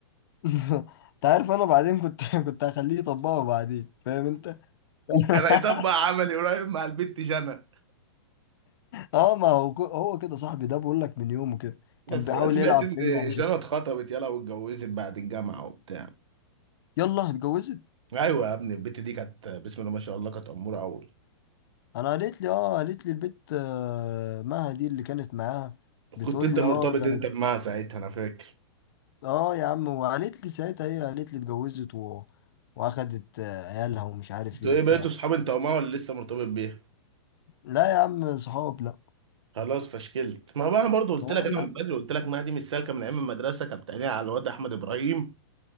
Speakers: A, on the left (about 50°); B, on the right (about 80°).
A: <laughs> انت عارف انا بعدين كنت <laughs> كنت هخليه يطبقه بعدين فاهم انت <laughs>
B: كان هيطبق عملي قريب مع البت جنى
A: اه ما هو كو- هو كده صاحبي ده بقول لك من يومه كده
B: بس
A: كان بيحاول
B: انا سمعت
A: يلعب
B: ان
A: فيني على
B: جانا اتخطبت يلا واتجوزت بعد الجامعه وبتاع
A: يلا اتجوزت
B: ايوه يا ابني البت دي كانت بسم الله ما شاء الله كانت اموره قوي
A: انا قالت لي اه قالت لي البت آه، مها دي اللي كانت معاها بتقول
B: كنت انت
A: لي
B: مرتبط
A: اه ده
B: انت
A: أنا-
B: بمها ساعتها انا فاكر
A: اه يا عم وقالت لي ساعتها هي قالت لي اتجوزت و... واخدت آه، عيالها ومش عارف
B: انتوا
A: ايه وبتاع
B: ايه بقيتوا اصحاب انت ومها ولا لسه مرتبط بيها
A: لا يا عم صحاب لا
B: خلاص فشكلت ما بقى انا برضه قلت
A: لا
B: لك
A: يا
B: انا
A: عم
B: من بدري قلت لك ما دي مش سالكه من ايام المدرسه كانت بتعينيها على الواد احمد ابراهيم